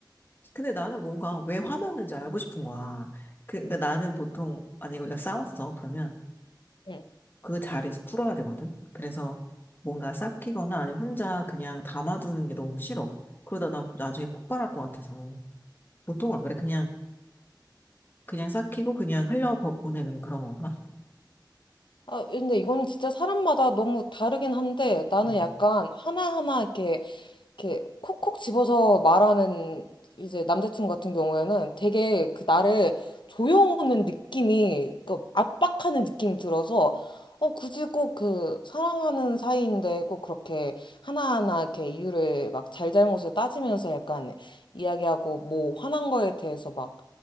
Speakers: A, on the left (about 25°); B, on the left (about 85°).
A: 근데 나는 뭔가 왜 화났는지 알고 싶은 거야. 그, 그러니까 나는 보통, 아니, 우리가 싸웠어. 그러면
B: 응.
A: 그 자리에서 풀어야 되거든. 그래서 뭔가 삭히거나 아니면 혼자 그냥 담아두는 게 너무 싫어. 그러다 나 나중에 폭발할 것 같아서. 보통 안 그래. 그냥, 그냥 삭히고 그냥 흘려보내는 그런 건가?
B: 아, 근데 이거는 진짜 사람마다 너무 다르긴 한데 나는
A: 음.
B: 약간 하나하나 이렇게 이렇게 콕콕 집어서 말하는 이제 남자친구 같은 경우에는 되게 그 나를 조여오는 느낌이 그 압박하는 느낌이 들어서 어 굳이 꼭 그 사랑하는 사이인데 꼭 그렇게 하나하나 이렇게 이유를 막 잘잘못을 따지면서 약간 이야기하고 뭐 화난 거에 대해서 막